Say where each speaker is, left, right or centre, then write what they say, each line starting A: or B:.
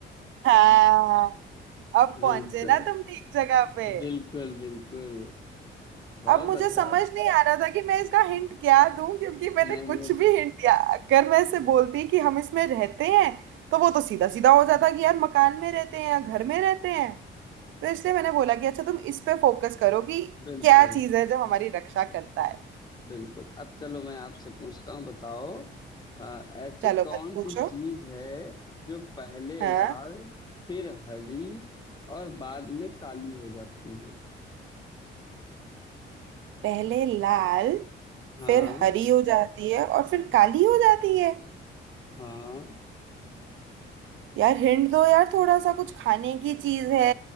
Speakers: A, on the right (about 75°); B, on the left (about 20°).
A: हाँ अब पहुंचे
B: बिल्कुल
A: ना तुम ठीक जगह पे
B: बिल्कुल बिल्कुल बहुत
A: अब मुझे
B: अच्छा
A: समझ नहीं आ रहा था कि मैं इसका हिंट क्या दूं क्योंकि मैंने
B: नहीं
A: कुछ
B: नहीं
A: भी हिंट दिया अगर मैं ऐसे बोलती कि हम इसमें रहते हैं तो वो तो सीधा सीधा हो जाता कि यार मकान में रहते हैं या घर में रहते हैं तो इसलिए मैंने बोला कि अच्छा तुम इस पे फोकस करो कि
B: बिल्कुल
A: क्या चीज है जो हमारी रक्षा करता है
B: बिल्कुल अब चलो मैं आपसे पूछता हूँ बताओ अ, ऐसी
A: चलो
B: कौन
A: मत पूछो
B: सी चीज है जो पहले
A: हाँ
B: लाल फिर हरी और बाद में काली हो जाती है
A: पहले लाल
B: हाँ
A: फिर हरी हो जाती है और फिर काली हो जाती है
B: हाँ
A: यार हिंट दो यार थोड़ा सा कुछ खाने की चीज है